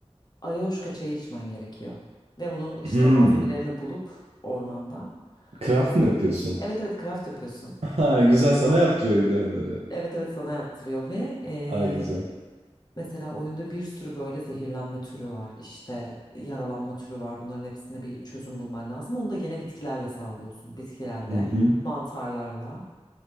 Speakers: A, on the left (about 40°); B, on the right (about 65°).
A: Ayahuasca çayı içmen gerekiyor. Ve onu işte
B: Hmm.
A: malzemelerini bulup ormanda
B: Craft
A: hazırlayıp.
B: mı yapıyorsun?
A: Evet
B: <laughs>
A: evet craft yapıyorsun.
B: Ha, güzel sana yaptırıyor bir de onları.
A: Evet evet sana yaptırıyor ve eee,
B: Aa, güzel.
A: mesela oyunda bir sürü böyle zehirlenme türü var. işte yaralanma türü var. Bunların hepsine bir çözüm bulman lazım. Onu da gene bitkilerle sağlıyorsun. Bitkilerle,
B: Hı hı.
A: mantarlarla.